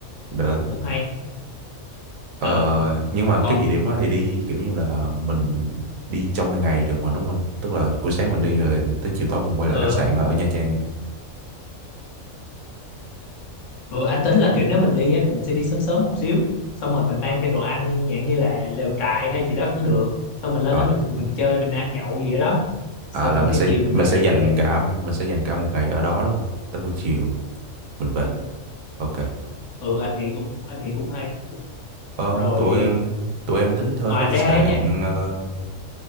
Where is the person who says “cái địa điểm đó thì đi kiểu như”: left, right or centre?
Right